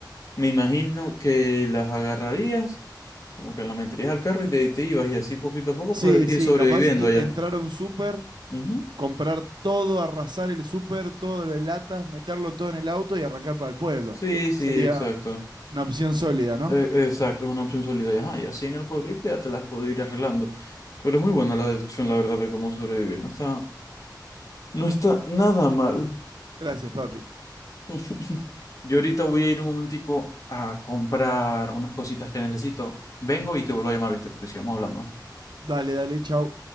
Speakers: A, on the left; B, on the right.
A: me imagino que las agarrarías, como que las meterías al carro y te, te ibas y así poquito a poco
B: Sí,
A: puedes ir
B: sí,
A: sobreviviendo
B: capaz y
A: allá.
B: entrar a un súper
A: Ujú.
B: comprar todo, arrasar el súper, todo lo de latas, meterlo todo en el auto y arrancar para el pueblo.
A: Sí, sí,
B: Sería
A: exacto.
B: una opción sólida, ¿no?
A: E- exacto, es una opción sólida. Y, ajá, y así en el pueblito ya te las puedo ir arreglando. Pero es muy buena la deducción, la verdad, de cómo sobrevivir. No está, no está nada mal.
B: Gracias, papi.
A: <laughs> Yo ahorita voy a ir un momentico a comprar unas cositas que necesito. Vengo y te vuelvo a llamar, ¿viste? Porque sigamos hablando.
B: Dale, dale, chau.